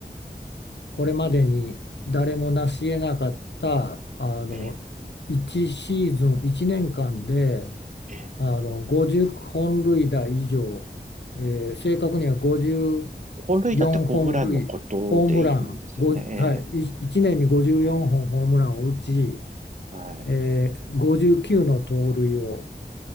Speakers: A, on the left; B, on the right.
A: これまでに誰も成し得なかった、あの、
B: ええ、
A: 1シーズン、1年間で、
B: ええ。
A: あの50本塁打以上、えー正確には54本塁、
B: 本塁打ってホームランのことでいいんですよね。
A: ホームラン、5はい、い1年に54本ホームランを打ち、
B: ええ、はい。
A: えー59の盗塁を